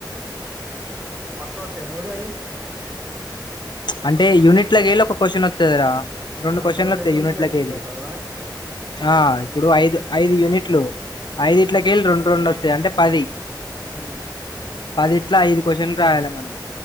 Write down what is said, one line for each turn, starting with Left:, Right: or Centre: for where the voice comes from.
Right: పక్కఓత్య ఆ మూడు అయి
Left: అంటే యూనిట్ లా ఎల్ ఒక క్వశ్చన్ వత్తది రా రెండు
Right: ఆహా
Left: క్వశ్చన్లు
Right: మూడు
Left: వత్తయి
Right: లెసన్లు
Left: యూనిట్ల
Right: నేర్చుకుంటాంటానవా
Left: కెలి ఆ ఇప్పుడు ఐదు ఐదు యూనిట్లు ఐదు
Right: ఉమ్
Left: ఇట్లకళ్ళి రెండు రెండు వత్తయి అంటే పది
Right: మ్
Left: పది ఇట్లా ఐదు క్వశ్చన్లు రాయాలి మనం